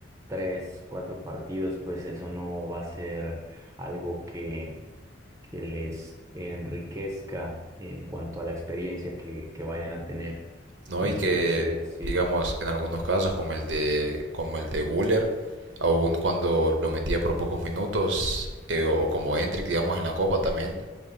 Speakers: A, on the right (about 15°); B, on the right (about 65°).
A: tres, cuatro partidos, pues eso no va a ser algo que, que les enriquezca en cuanto a la experiencia que, que vayan a tener.
B: ¿no?
A: Entonces,
B: Y que,
A: sí,
B: digamos, en algunos casos, como el de, como el de Güler, aún cuando lo metía por pocos minutos, eh, o, o como Endrick, digamos, en la Copa también,